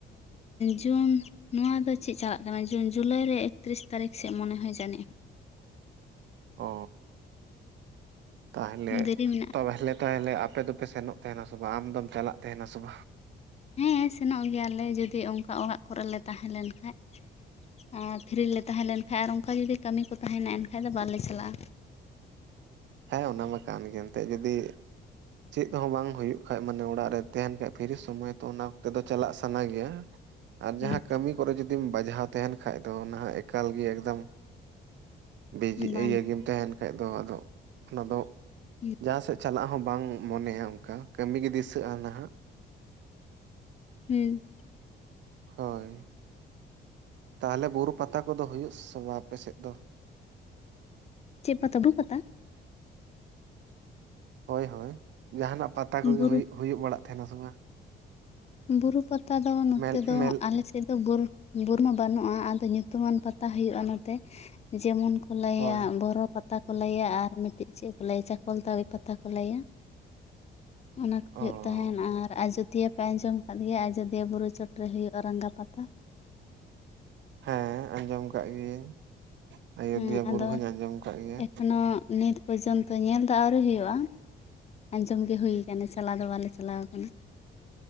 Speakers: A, on the left (about 35°); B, on the right (about 65°).
A: ᱡᱩᱱ ᱱᱚᱣᱟ ᱫᱚ ᱪᱮᱫ ᱪᱟᱞᱟᱜ ᱠᱟᱱᱟ ᱡᱩᱱ ᱡᱩᱞᱟᱭ ᱨᱮ ᱮᱠᱛᱨᱤᱥ ᱛᱟᱹᱨᱤᱠᱷ ᱥᱮᱫ ᱢᱚᱱᱮ ᱦᱚᱭ ᱡᱟᱹᱱᱤᱡ
B: ᱚ ᱛᱟᱦᱞᱮ
A: ᱫᱮᱨᱤ ᱢᱮᱱᱟᱜᱼᱟ
B: <unintelligible> ᱛᱟᱭᱞᱮ ᱟᱯᱮ ᱫᱚᱯᱮ ᱥᱮᱱᱚᱜ ᱛᱟᱦᱮᱱᱟ ᱥᱮ ᱵᱟᱝ ᱟᱢ ᱫᱚᱢ ᱪᱟᱞᱟᱜ ᱛᱟᱦᱮᱱᱟ ᱥᱮ ᱵᱟᱝ
A: ᱦᱮᱸ ᱥᱮᱱᱚᱜ ᱜᱮᱭᱟᱞᱮ ᱡᱩᱫᱤ ᱚᱝᱠᱟ ᱚᱲᱟᱜ ᱠᱚᱨᱮ ᱞᱮ ᱛᱟᱦᱮᱸ ᱞᱮᱱᱠᱷᱟᱡ ᱟᱨ ᱯᱷᱤᱨᱤᱞ ᱞᱮ ᱛᱟᱦᱮᱸ ᱞᱮᱱᱠᱷᱟᱱ ᱟᱨ ᱚᱝᱠᱟ ᱡᱩᱫᱤ ᱠᱟᱹᱢᱤ ᱠᱚ ᱛᱟᱦᱮ ᱱᱟ ᱮᱱᱠᱷᱟᱡ ᱫᱚ ᱵᱟᱞᱮ ᱪᱟᱞᱟᱜᱼᱟ
B: ᱦᱮᱸ ᱚᱱᱟ ᱢᱟ ᱠᱟᱱ ᱜᱮ ᱮᱱᱛᱮᱫ ᱡᱩᱫᱤ ᱪᱮᱫ ᱦᱚᱸ ᱵᱟᱝ ᱦᱩᱭᱩᱜ ᱠᱷᱟᱡ ᱢᱟᱱᱮ ᱚᱲᱟᱜ ᱨᱮ ᱛᱮᱦᱮᱱ ᱠᱷᱟᱡ ᱢᱟᱱᱮ ᱯᱷᱤᱨᱤ ᱥᱚᱢᱚᱭ ᱛᱚ ᱚᱱᱟ ᱚᱠᱛᱮ ᱪᱟᱞᱟᱜ ᱥᱟᱱᱟ ᱜᱮᱭᱟ ᱟᱨ
A: ᱦᱩᱸ
B: ᱡᱟᱦᱟᱸ ᱠᱟᱹᱢᱤ ᱠᱚᱨᱮ ᱡᱩᱫᱤᱢ ᱵᱟᱡᱷᱟᱣ ᱛᱟᱦᱮᱱ ᱠᱷᱟᱡ ᱫᱚ ᱚᱱᱟ ᱦᱟᱜ ᱮᱠᱟᱞ ᱜᱮ ᱮᱠᱫᱚᱢ ᱵᱤᱡᱤ
A: ᱵᱟᱝ
B: ᱤᱭᱟᱹ ᱜᱮᱢ ᱛᱟᱦᱮᱱ ᱠᱷᱟᱡ ᱫᱚ ᱟᱫᱚ ᱚᱱᱟ ᱫᱚ
A: ᱦᱩᱸ
B: ᱡᱟᱦᱟᱸ ᱥᱮᱫ ᱪᱟᱞᱟᱜ ᱦᱚᱸ ᱵᱟᱝ ᱢᱚᱱᱮᱭᱟ ᱚᱝᱠᱟ ᱠᱟᱹᱢᱤ ᱜᱮ ᱫᱤᱥᱟᱹᱜᱼᱟ ᱱᱟᱦᱟᱜ
A: ᱦᱩᱸ
B: ᱦᱳᱭ ᱛᱟᱦᱚᱞᱮ ᱵᱩᱨᱩ ᱯᱟᱛᱟ ᱠᱚᱫᱚ ᱦᱩᱭᱩᱜ ᱟᱥᱮ ᱵᱟ ᱟᱯᱮᱥᱮᱫ ᱫᱚ
A: ᱪᱮᱫ ᱯᱟᱛᱟ ᱵᱩ ᱯᱟᱛᱟ
B: ᱦᱳᱭ ᱦᱳᱭ ᱡᱟᱦᱟᱱᱟᱜ ᱯᱟᱛᱟ ᱠᱚᱜᱮ
A: ᱵᱩᱨᱩ
B: ᱦᱩᱭᱩᱜ ᱵᱟᱲᱟᱜ ᱛᱟᱦᱮᱱᱟ ᱥᱮ ᱵᱟᱝ
A: ᱵᱩᱨᱩ ᱯᱟᱛᱟ ᱫᱚ ᱱᱚᱛᱮ
B: ᱢᱮᱞ
A: ᱫᱚ
B: ᱢᱮᱞ
A: ᱟᱞᱮ ᱥᱮᱫ ᱫᱚ ᱵᱩᱨ ᱢᱟ ᱵᱟᱹᱱᱩᱜᱼᱟ ᱟᱫᱚ ᱧᱩᱛᱩᱢᱟᱱ ᱯᱟᱛᱟ ᱦᱩᱭᱩᱜᱼᱟ ᱱᱚᱛᱮ ᱡᱮᱢᱚᱱ ᱠᱚ ᱞᱟᱹᱭᱟ
B: ᱦᱳᱭ
A: ᱵᱚᱨᱚ ᱯᱟᱛᱟ ᱠᱚ ᱞᱟᱹᱭᱟ ᱟᱨ ᱢᱤᱫᱴᱤᱡ ᱪᱮᱫ ᱠᱚ ᱞᱟᱹᱭᱟ ᱪᱟᱠᱚᱞ ᱛᱟᱹᱲᱤ ᱯᱟᱛᱟ ᱠᱚ ᱞᱟᱹᱭᱟ᱾ ᱚᱱᱟ ᱠᱚ
B: ᱚ
A: ᱦᱩᱭᱩᱜ ᱛᱟᱦᱮᱱ ᱟᱨ ᱟᱡᱳᱫᱤᱭᱟᱹ ᱯᱮ ᱟᱸᱡᱚᱢ ᱟᱠᱟᱫ ᱜᱮᱭᱟ ᱟᱡᱚᱫᱤᱭᱟᱹ ᱵᱩᱨᱩ ᱪᱚᱴᱨᱮ ᱦᱩᱭᱩᱜᱼᱟ ᱨᱟᱸᱜᱟ ᱯᱟᱛᱟ᱾
B: ᱦᱮᱸ ᱟᱸᱡᱚᱢ ᱟᱠᱟᱫ ᱜᱤᱭᱟᱹᱧ ᱟᱡᱚᱫᱤᱭᱟᱹ
A: ᱦᱮᱸ
B: ᱵᱩᱨᱩ
A: ᱟᱫᱚ
B: ᱦᱚᱧ ᱟᱸᱡᱚᱢ ᱟᱠᱟᱫ ᱜᱮᱭᱟ᱾
A: ᱮᱠᱷᱚᱱᱳ ᱱᱤᱛ ᱯᱚᱨᱡᱚᱱᱛᱚ ᱧᱮᱞ ᱫᱚ ᱟᱹᱣᱨᱤ ᱦᱩᱭᱩᱜᱼᱟ᱾ ᱟᱸᱡᱚᱢ ᱜᱮ ᱦᱩᱭ ᱠᱟᱱᱟ ᱪᱟᱞᱟᱣ ᱫᱚ ᱵᱟᱞᱮ ᱪᱟᱞᱟᱣ ᱠᱟᱱᱟ᱾